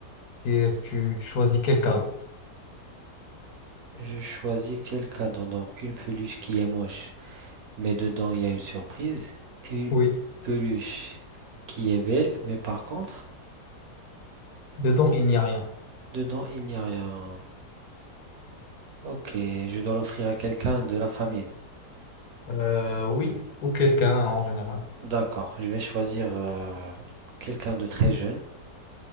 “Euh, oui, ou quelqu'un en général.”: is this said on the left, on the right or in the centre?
Left